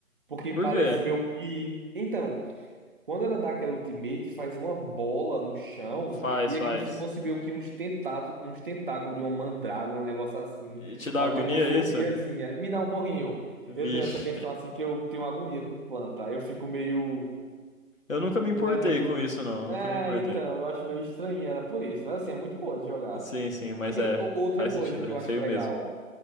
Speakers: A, on the right (about 35°); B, on the left (about 65°).
A: porque
B: Por
A: parece
B: quê?
A: meio que então, quando ela dá aquela ultimate, faz uma bola no chão
B: Faz,
A: e
B: faz.
A: é como se fosse meio que uns tentáculos, uns tentáculos de uma mandrágora, um negócio assim.
B: E te dá
A: Ó,
B: agonia
A: eu tenho uma fobiazinha.
B: isso?
A: Me dá um pouquinho.
B: Vixe.
A: Eu tenho essa questão assim que eu tenho agonia com planta. Eu fico meio.
B: Eu nunca me
A: Não
B: importei
A: é muito.
B: com isso, não. Eu nunca
A: É,
B: me importei.
A: então, eu acho meio estranho era por isso. Mas assim, é muito boa de jogar.
B: Sim, sim, mas
A: Tem
B: é,
A: o- outra
B: faz
A: coisa
B: sentido,
A: que
B: é
A: eu acho
B: feio
A: legal.
B: mesmo.